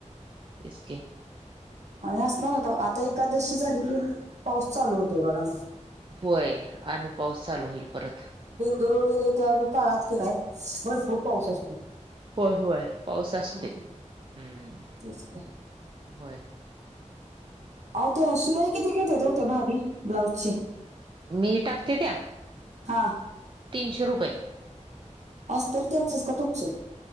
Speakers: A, on the right (about 40°); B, on the right (about 65°).
A: तेचकी.
B: असणार आता आता एखादशी झाली की पाऊस चालू होतोय बघा मग.
A: होय आणि पाऊस चालू होईल परत.
B: बेंदूर वगैरे ते आम्ही काळात की नाहीय.. भरपूर पाऊस असतो
A: होय होय पाऊस असते.
B: ह.
A: हम्म.
B: तेचकी.
A: होय.
B: हो त्या शिलाई किती घेत्यात हो त्या भाभी ब्लाउज ची?
A: मी टाकते त्या
B: हा
A: तीनशे रुपये.
B: अस्तर त्यांचच का तुमचं?